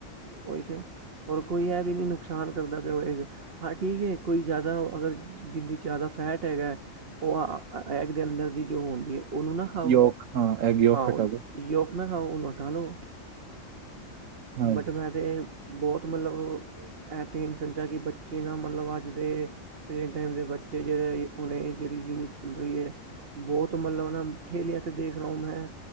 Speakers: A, on the right; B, on the right.
A: ਉਹ ਇਥੇ ਔਰ ਕੋਈ ਹੈ ਵੀ ਨਹੀਂ ਨੁਕਸਾਨ ਕਰਦਾ ਪਿਆ ਹੋਏ ਹਾਂ ਠੀਕ ਹੈ ਕੋਈ ਜ਼ਿਆਦਾ ਅਗਰ ਜਿੰਦੀ 'ਚ ਜ਼ਿਆਦਾ ਫੈਟ ਹੈਗਾ ਉਹ ਐਗ ਦੇ ਅੰਦਰ ਦੀ ਜੋ ਹੁੰਦੀ ਹੈ ਉਹਨੂੰ ਨਾ ਖਾਓ
B: ਯੋਕ ਹਾਂ ਐਗ ਯੋਕ
A: ਹਾਂ
B: ਹਟਾ ਦੋ
A: ਯਉਕ ਨਾਕ ਖਾਓ ਉਨੂੰ ਹਟਾ ਲਓ
B: ਹਾਂ
A: ਬਟ ਮੈਂ ਤਾਂ ਇਹ ਬਹੁਤ ਮਤਲਬ ਐਤਨਸਝਾਂ ਕਿ ਬ ਜਨਾ ਮਤਲਬ ਅੱਜ ਦੇ ਫੇ ਟਾਈਮ ਦੇ ਬੱਚੇਿਹੜੇ ਉਹੇ ਜਿਹੜੀ ਯੂਥ ਚੱਲ ਰਦੀਹੀ ਹੈ ਬਹੁਤ ਮਤਲਬ ਨਾ ਠੇਲਿਆਂ ਤੇ ਦੇਖ ਰਹ ਮੈਂ